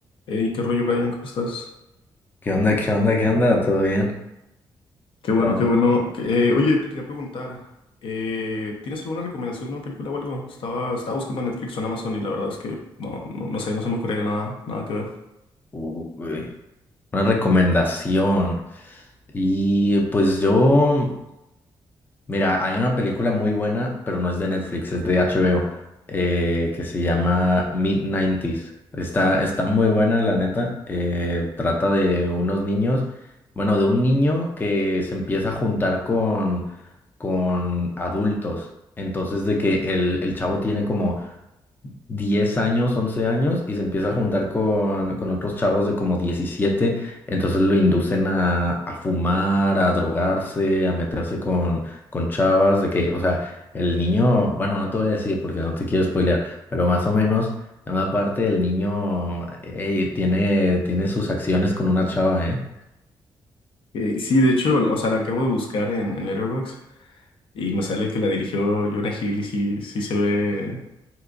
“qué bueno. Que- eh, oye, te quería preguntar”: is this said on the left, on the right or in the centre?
Left